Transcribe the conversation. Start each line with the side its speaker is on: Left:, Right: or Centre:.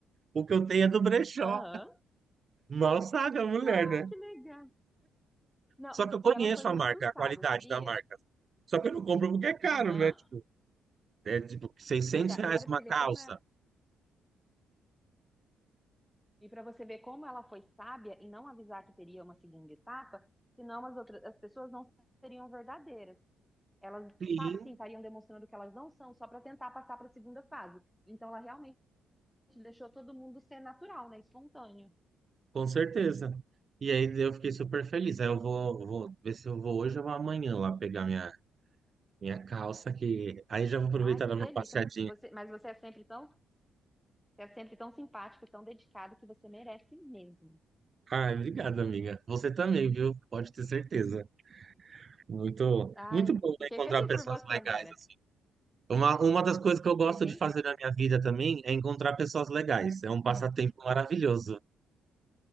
Right: O que eu tenho é do brechó.
Centre: Aham.
Right: Mal sabe a mulher,
Centre: Ai,
Right: né?
Centre: que legal. Não,
Right: Só que eu conheço
Centre: e ela foi muito
Right: a marca,
Centre: sábia,
Right: a qualidade
Centre: sabia?
Right: da marca. Só que eu não compro porque é caro,
Centre: Aham.
Right: né? Tipo, é tipo 600
Centre: Verdade.
Right: reais
Centre: E olha pra
Right: uma
Centre: você
Right: calça.
Centre: ver como é. E para você ver como ela foi sábia em não avisar que teria uma segunda etapa, senão as outras as pessoas não seriam verdadeiras. Elas,
Right: Sim,
Centre: sabe, sim, estariam demonstrando que elas não são só para tentar passar para a segunda fase. Então ela realmente deixou todo mundo ser natural, né? Espontâneo.
Right: com certeza. E aí eu fiquei super feliz. Aí eu vou, vou ver se eu vou hoje ou amanhã lá pegar minha, minha calça, que aí já vou aproveitar
Centre: Ah, que
Right: e dar
Centre: delícia.
Right: uma passeadinha.
Centre: Você, mas você é sempre tão, você é sempre tão simpático, tão dedicado que você merece mesmo.
Right: Ah, obrigado, amiga. Você também, viu? Pode ter certeza. Muito,
Centre: Ai,
Right: muito bom,
Centre: fiquei
Right: né, encontrar
Centre: feliz
Right: pessoas
Centre: por você
Right: legais,
Centre: agora.
Right: assim. Uma, uma das coisas que eu gosto
Centre: Fiquei bem
Right: de fazer
Centre: feliz.
Right: na minha vida também é encontrar pessoas legais. É um passatempo
Centre: Hum,
Right: maravilhoso.